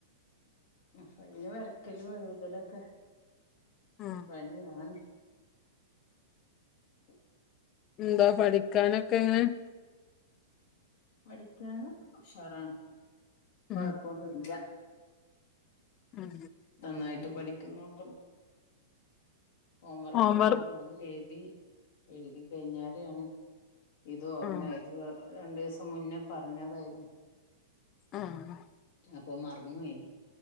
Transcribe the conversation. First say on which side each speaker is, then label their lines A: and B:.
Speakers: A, on the left; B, on the left.
A: അപ അയിന് വരക്കല് എഴുതലൊക്കെ,
B: ഉം.
A: <unintelligible> <inaudible>
B: എന്താ പഠിക്കാനൊക്കെ എങ്ങനെ?
A: പഠിക്കാനോക്കെ ഉഷാറാണ് കൊഴപ്പോന്നുല്ല.
B: ഉം ഉം.
A: നന്നായിട്ട് പഠിക്കുന്നൊക്കണ്ട്. ഹോം വർക്ക്
B: ഹോംവർ
A: ഇണ്ടായിരുന്നു അത് എയ്തി എഴുതി കഴിഞാരെണ്. ഇത് ഓർമായത്
B: ഉം
A: രണ്ടീസം മുന്നേ പർഞ്ഞതായിരുന്നു.
B: ആഹ്
A: അപ്പൊ മർന്നു പൊയിനി